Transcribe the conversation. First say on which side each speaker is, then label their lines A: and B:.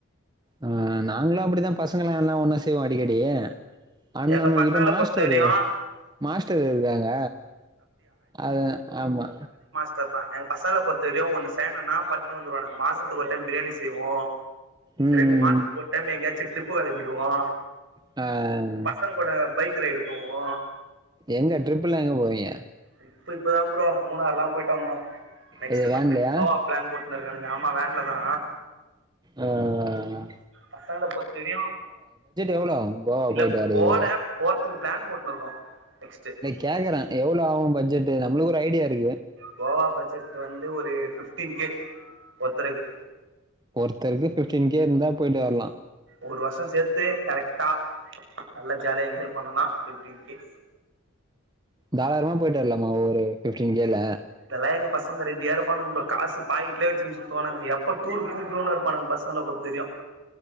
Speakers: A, on the right; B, on the right.
A: ஆ நாங்களு அப்டித்தா பசங்களா எல்லா ஒன்னா செய்வோ அடிக்கடி அண்
B: எங்க
A: நம்ம
B: பசங்கள
A: கிட்ட மாஸ்டரு
B: பொறுத்த வரையு
A: மாஸ்டரு இருக்காங்க அது ஆமா
B: த்தர்தா எங்க பசங்கலா பொறுத்த வரையு ஒண்ணு சொய்யணுனா பட்டுனு வந்துருவானுங்க மாசத்துக்கு ஒரு டைம் பிரியாணி செய்வோ
A: ம்
B: ரெண்டு மாசத்துக்கு ஒரு டைம் எங்கயாச்சு ட்ரிப்பு களம்பிடுவோ
A: அ
B: பசங்க கூட பைக் ரைடு போவோ
A: எங்க ட்ரிப்புலா எங்க போவீங்க
B: டிரிப்பு இப்பதா ப்ரோ மூணாறுலா போயிட்டு வந்தோ, நெக்ஸ்ட்
A: இது
B: பசங்க
A: வேன்லயா
B: கோவா பிளான் போட்டுனு இருக்கானுங்க ஆமா வேன்லதா
A: ஆ ஆ
B: பசங்கள பொருத்த வரையு
A: எவ்வளோ ஆகும் கோவா
B: இல்ல
A: போயிட்டு வர்றதுக்கு
B: போல போறதுக்கு பிளான்தா போட்டுனு இருக்கோ நெக்ஸ்ட்
A: கேக்குற எவ்வளோ ஆவு பட்ஜெட்டு நம்மளுக்கு ஒரு ஐடியா இருக்கு
B: கோவா பட்ஜெட் வந்து ஒரு ஃபிப்டீன் கே ஒருத்தருக்கு
A: ஒருத்தருக்கு பிப்டீன் கே இருந்தா போயிட்டு வரலா
B: ஒரு வருஷோ சேத்து கரெக்ட்டா நல்ல ஜாலியா என்ஜாய் பண்ணனுனா ஃபிப்டின் கே
A: தாராளமா போயிட்டு வரலாமா ஒரு ஃபிப்டீன் கேல
B: அதெல்லா எங்க பசங்க ரெடியா இருப்பானுங்க ப்ரோ காசு பாக்கெட்டுலயே வச்சுனு சுத்துவனுங்க எப்ப டூரு கூப்டுவோனு இருப்பானங்க பச பசங்கள பொருத்த வரையு